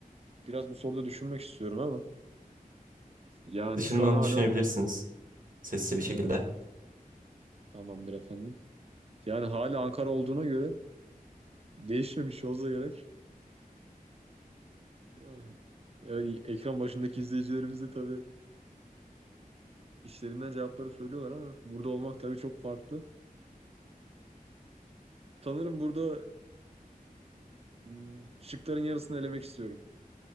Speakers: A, on the right (about 40°); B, on the right (about 60°).
A: Biraz bu soruda düşünmek istiyorum ama yani
B: Dışından
A: şu an hala
B: düşünebilirsiniz sesli bir
A: evet
B: şekilde.
A: Tamamdır efendim. Yani hala Ankara olduğuna göre değişmemiş olsa gerek. Yani, e- ekran başındaki izleyicilerimiz de tabii işlerinden cevapları söylüyorlar ama burada olmak tabii çok farklı. Sanırım burada hmm, şıkların yarısını elemek istiyorum.